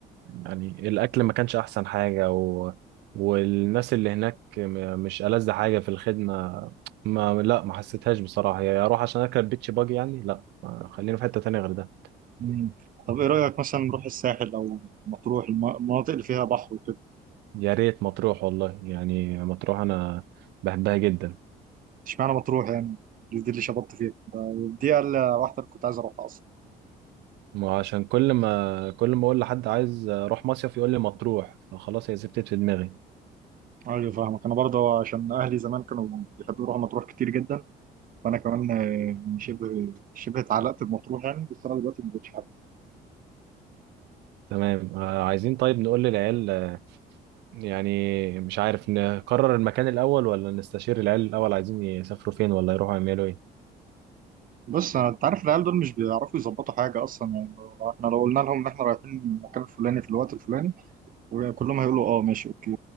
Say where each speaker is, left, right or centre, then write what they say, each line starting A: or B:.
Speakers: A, on the right; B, on the right.
A: يعني الاكل ما كانش احسن حاجة و... والناس اللي هناك م- مش ألذ حاجة في الخدمة ما لا ما حسيتهاش بصراحة يا اروح عشان اركب بيتش باجي يعني لا خلينا في حتة تانية غير ده
B: مم. طب ايه رايك مثلا نروح الساحل او مطروح الم- المناطق اللي فيها بحر وكده
A: يا ريت مطروح والله يعني مطروح انا بحبها جدا
B: اشمعنى مطروح يعني دي دي اللي شبطت فيها ده- دي اقل واحده اللي كنت عايز اروحها اصلا
A: ما عشان كل ما كل ما اقول لحد عايز اروح مصيف يقول لي مطروح فخلاص هي زبطت في دماغي
B: ايوه فاهمك انا برضه عشان اهلي زمان كانوا بيحبوا يروحوا مطروح كتير جدا وانا كمان آه، شبه شبه اتعلقت بمطروح يعني بس انا دلوقتي ما بقتش حابب
A: تمام آه، عايزين طيب نقول للعيال آه، يعني مش عارف نقرر المكان الاول ولا نستشير العيال الاول عايزين يسافروا فين ولا يروحوا يعملوا ايه
B: بص أنا- انت عارف العيال دول مش بيعرفوا يظبطوا حاجه اصلا يعني احنا لو قلنا لهم ان احنا رايحين المكان الفلاني في الوقت الفلاني وكلهم هيقولوا اه ماشي اوكي